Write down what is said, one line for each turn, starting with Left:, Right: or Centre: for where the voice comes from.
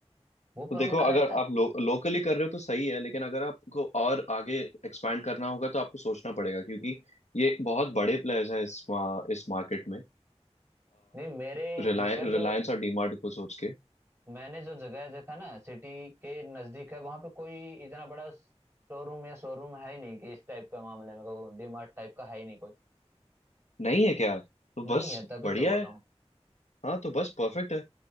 Right: वो
Left: तो
Right: पर
Left: देखो
Right: उनका
Left: अगर
Right: रहता है
Left: आप लो, लोकली कर रहे हो तो सही है लेकिन अगर आपको और आगे एक्सपैंड करना होगा तो आपको सोचना पड़ेगा क्योंकि ये बहुत बड़े प्लेयर्स हैं इस मा, इस मार्केट में
Right: नहीं मेरे
Left: रिलायंस
Right: मेरा
Left: रिलायंस
Right: जो
Left: और डीमार्ट को सोच के
Right: मैंने जो जगह देखा ना सिटी के नजदीक है वहां पे कोई इतना बड़ा शोरूम या शोरूम है ही नहीं कि इस टाइप का मामले में डी मार्ट टाइप का है ही नहीं कोई
Left: नहीं है क्या तो
Right: नहीं
Left: बस
Right: है तभी
Left: बढ़िया
Right: तो बोला
Left: है
Right: हूँ
Left: हाँ तो बस परफेक्ट है